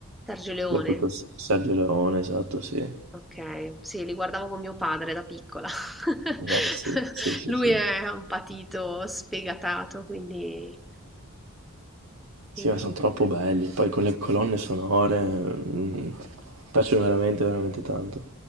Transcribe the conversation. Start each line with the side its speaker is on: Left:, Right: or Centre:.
Centre: Sergio Leone,
Right: soprattutto S- Sergio Leone, esatto, sì.
Centre: ok, sì, li guardavo con mio padre da piccola. <laughs>
Right: Eh, sì, sì, sì,
Centre: Lui
Right: sì.
Centre: è un patito sfegatato, quindi
Right: Sì,
Centre: il-
Right: ma sono troppo belli. Poi con le colonne sonore mm, piacciono veramente, veramente tanto.